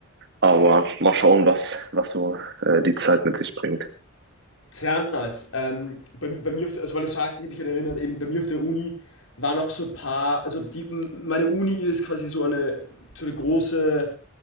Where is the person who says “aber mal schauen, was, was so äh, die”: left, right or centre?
Right